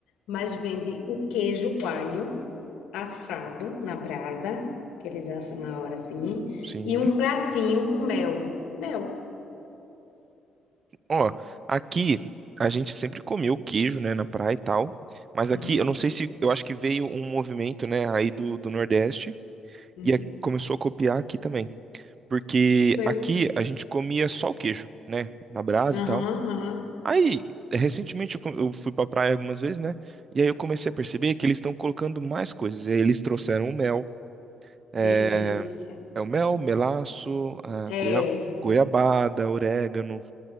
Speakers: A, on the left; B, on the right.
A: Mas vende o queijo coalho assado na brasa, que eles assam na hora assim,
B: sim.
A: e um pratinho com mel. Mel.
B: Ó, aqui a gente sempre comeu queijo, né, na praia e tal. Mas aqui,
A: Uhum,
B: eu não sei se, eu acho que veio um movimento, né, aí do, do Nordeste
A: uhum.
B: e a- começou a copiar aqui também. Porque
A: Foi.
B: aqui a gente comia só o queijo, né, na brasa
A: Aham,
B: e tal.
A: aham.
B: Aí, recentemente eu co- eu fui pra praia algumas vezes, né? E aí eu comecei a perceber que eles estão colocando mais coisas. E aí eles trouxeram o mel, é,
A: Delícia.
B: é o mel, melaço, a
A: É.
B: goia- goiabada, orégano.